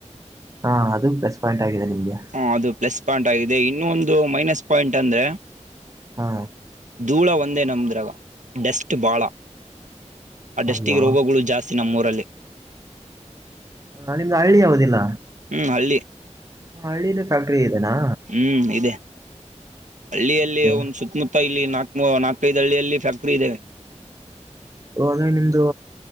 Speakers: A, on the right; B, on the right.
A: ಹಾ ಅದು ಪ್ಲಸ್ ಪಾಯಿಂಟ್ ಆಗಿದೆ ನಿಮ್ಗೆ.
B: ಹ ಅದು ಪ್ಲಸ್ ಪಾಯಿಂಟ್ ಆಗಿದೆ ಇನ್ನ ಒಂದು ಮೈನಸ್ ಪಾಯಿಂಟ್ ಅಂದ್ರೆ
A: ಹಾ
B: ಧೂಳ ಒಂದೇ ನಮ್ದ್ರಾಗ ಡಸ್ಟ್ ಭಾಳ. ಆ ಡೆಸ್ಟಿಗೆ
A: ಅಯ್ಯೋ
B: ರೋಗಗಳು ಜಾಸ್ತಿ ನಮ್ಮ ಊರಲ್ಲಿ.
A: ನಾ ನಿಮ್ದ್ ಹಳ್ಳಿ ಯಾವದಿಲ್ಲ?
B: ಹ್ಮ್ ಹಳ್ಳಿ.
A: ಹ ಹಳ್ಳಿಲೂ ಫ್ಯಾಕ್ಟ್ರಿ ಇದೆನಾ?
B: ಹ್ಮ್ ಇದೆ ಹಳ್ಳಿಯಲ್ಲಿ
A: ಅಯ್ಯೋ
B: ಒಂದು ಸುತ್ತಮುತ್ತ ಇಲ್ಲಿ ನಾಕ ಮೂ ನಾಲ್ಕೈದ ಹಳ್ಳಿಯಲ್ಲಿ ಫ್ಯಾಕ್ಟ್ರಿ ಇದೆ.
A: ಓ ಅಂದ್ರೆ ನಿಮ್ದು